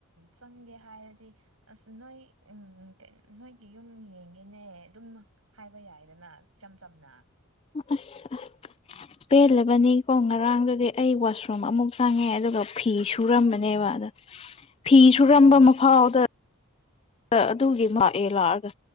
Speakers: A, on the right; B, on the left.
A: ꯆꯪꯒꯦ ꯍꯥꯏꯔꯗꯤ ꯑꯁ ꯅꯣꯏ ꯎꯝ ꯅꯣꯏꯒꯤ ꯌꯨꯝ ꯌꯦꯡꯒꯦꯅꯦ ꯑꯗꯨꯝ ꯍꯥꯏꯕ ꯌꯥꯏꯗꯅ ꯏꯆꯝ ꯆꯝꯅ
B: ꯑꯁ ꯄꯦꯜꯂꯕꯅꯤꯀꯣ ꯉꯔꯥꯡꯗꯨꯗꯤ ꯑꯩ ꯋꯥꯁꯔꯨꯝ ꯑꯃꯨꯛ ꯆꯪꯉꯦ ꯑꯗꯨꯒ ꯐꯤꯁꯨ ꯁꯨꯔꯝꯕꯅꯦꯕ
A: ꯎꯝ
B: ꯑꯗ ꯐꯤ ꯁꯨꯔꯝꯕ
A: ꯎꯝ
B: ꯐꯥꯎꯗ ꯑꯗꯨꯒꯤ ꯃꯥ ꯍꯦꯛ ꯂꯥꯛꯑꯒ